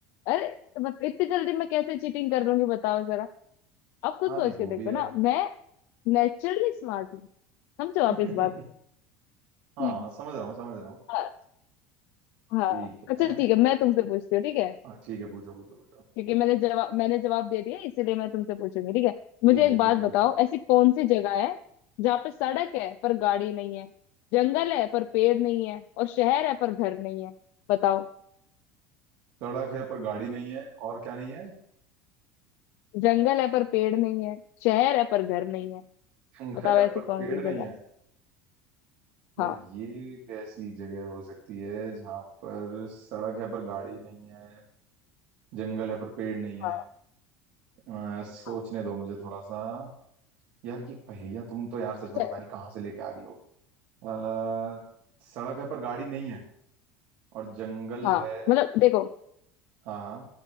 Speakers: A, on the left; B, on the right.
A: अरे बस इतनी जल्दी मैं कैसे चीटिंग कर लूंगी बताओ जरा आप खुद
B: हाँ नहीं
A: सोच
B: वो
A: के देखो
B: भी है
A: ना मैं नेचुरली स्मार्ट हूँ समझो आप
B: <laughs>
A: इस बात
B: हाँ
A: को
B: समझ रहा हूँ समझ रहा हूँ
A: <laughs> हाँ
B: ठीक
A: अच्छा
B: है
A: ठीक है मैं तुमसे पूछती हूँ ठीक है
B: हाँ ठीक है पूछो पूछो पूछो
A: क्योंकि मैंने जवाब मैंने जवाब दे दिया इसीलिए मैं तुमसे पूछूंगी ठीक है मुझे
B: ठीक
A: एक
B: है
A: बात
B: ठीक है
A: बताओ
B: पूछो
A: ऐसी कौन सी जगह है जहाँ पे सड़क है पर गाड़ी नहीं है जंगल है पर पेड़ नहीं है और शहर है पर घर नहीं है बताओ
B: सड़क है पर गाड़ी नहीं है और क्या नहीं है
A: जंगल है पर पेड़ नहीं है शहर है पर घर नहीं है
B: जंगल
A: बताओ
B: है
A: ऐसी
B: पर
A: कौन
B: पेड़
A: सी
B: नहीं
A: जगह
B: है यार
A: हाँ
B: ये कैसी जगह हो सकती है जहाँ पर सड़क है पर गाड़ी नहीं है जंगल है पर पेड़ नहीं है
A: हाँ
B: अ, सोचने
A: हाँ
B: दो मुझे थोड़ा सा यार ये पहेलियां तुम तो यार सच
A: अच्छा
B: में पता नहीं कहाँ से लेके आ रही हो आ, सड़क है पर गाड़ी नहीं है और जंगल
A: हाँ
B: है
A: मतलब देखो
B: हाँ हाँ